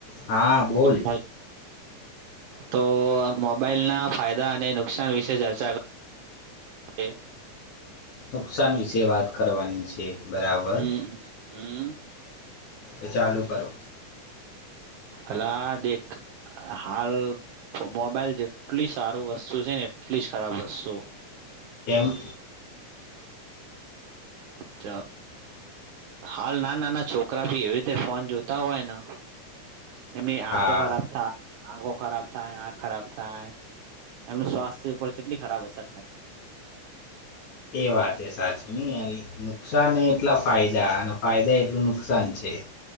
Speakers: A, on the left (about 70°); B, on the right (about 75°).
A: હા, બોલ.
B: હાલ તો મોબાઈલના ફાયદા અને નુકસાન વિશે ચર્ચા એ
A: નુકસાન વિશે વાત કરવાની છે. બરાબર
B: હમ્મ, હમ્મ.
A: એ ચાલુ કરો.
B: અલા દેખ. અહ હાલ મોબાઈલ જેટલી સારું વસ્તુ છે ને એટલી જ ખરાબ વસ્તુ
A: કેમ?
B: ચ હાલ ના નાના છોકરા ભી એવી રીતે ફોન જોતા હોય ના એની
A: હા
B: આંખો ખરાબ થાય આંખો ખરાબ થાય આંખ ખરાબ થાય એમનું સ્વાસ્થ્ય ઉપર જેટલી ખરાબ અસર થાય.
A: એ વાત એ સાચી નહી આવી. નુકસાન એટલા ફાયદા અને ફાયદા એટલું નુકસાન છે.